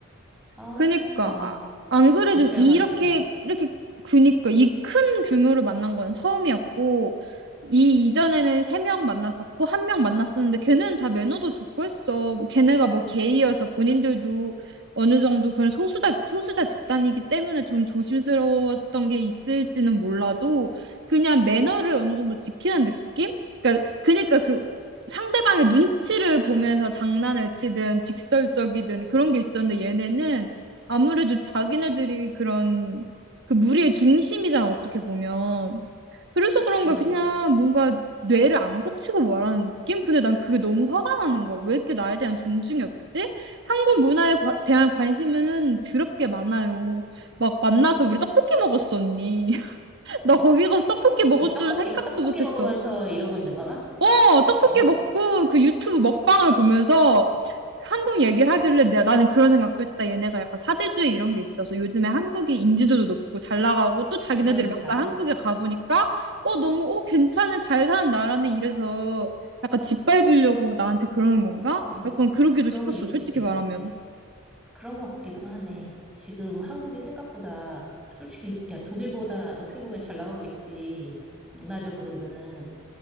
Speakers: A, in the centre; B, on the right.
A: 아,
B: 그니까,
A: 진짜,
B: 아, 안 그래도
A: 진짜
B: 이렇게,
A: 열받았겠다.
B: 이렇게, 그니까, 이 큰 규모를 만난 건 처음이었고, 이 이전에는 세 명 만났었고, 한 명 만났었는데, 걔는 다 매너도 좋고 했어. 뭐 걔네가 뭐 게이여서 본인들도 어느 정도 그런 소수자, 소수자 집단이기 때문에 좀 조심스러웠던 게 있을지는 몰라도, 그냥 매너를 어느 정도 지키는 느낌? 그니까, 그니까 그, 상대방의 눈치를 보면서 장난을 치든 직설적이든 그런 게 있었는데 얘네는 아무래도 자기네들이 그런 그 무리의 중심이잖아, 어떻게 보면. 그래서
A: 그치.
B: 그런가 그냥 뭔가 뇌를 안 거치고 말하는 느낌? 근데 난 그게 너무 화가 나는 거야. 왜 이렇게 나에 대한 존중이 없지? 한국 문화에 과- 대한 관심은 드럽게 많아요. 막 만나서 우리 떡볶이 먹었어, 언니. <laughs> 나 거기 가서 떡볶이 먹을
A: 지금 떡볶이,
B: 줄은 생각도
A: 떡볶이
B: 못했어.
A: 먹으면서 이러고 있는 거야?
B: 어, 떡볶이
A: 지금?
B: 먹고 그 유튜브 먹방을 보면서 한국 얘기를 하길래 내, 나는 그런 생각도 했다. 얘네가 약간 사대주의 이런 게 있어서 요즘에 한국이 인지도도 높고 잘 나가고 또 자기네들이
A: 그러니까,
B: 막상 한국에 가보니까 어, 너무 어, 괜찮은 잘 사는 나라네 이래서 약간 짓밟으려고 나한테 그러는 건가?
A: 어,
B: 약간 그러기도
A: 그런
B: 싶었어.
A: 게 있을
B: 솔직히
A: 수도 있을
B: 말하면.
A: 것 같아. 그런 것 같기도 하네. 지금 한국이 생각보다 솔직히 야, 독일보다 어떻게 보면 잘 나가고 있지. 문화적으로는.